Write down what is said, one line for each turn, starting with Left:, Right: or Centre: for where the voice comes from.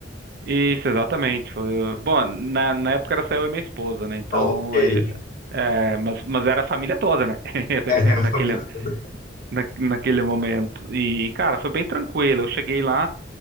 Right: Isso, exatamente. Foi, bom, na, na época era só eu e minha esposa, né? Então
Left: Então, ok.
Right: aí
Left: <laughs>
Right: é, mas, mas era a família toda, né? <laughs>
Left: É,
Right: Naquele,
Left: família e tudo.
Right: na, naquele momento. E, cara, foi bem tranquilo. Eu cheguei lá,